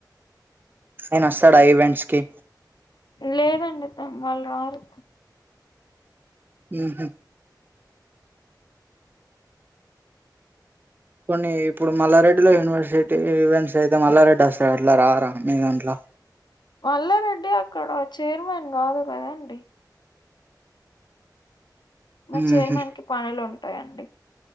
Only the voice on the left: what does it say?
లేదండి త వాళ్ళు రారు
మల్లారెడ్డి అక్కడ చైర్మన్ కాదు కదాండి మా చైర్మన్
కి పణలో ఉ ఉంటాయండి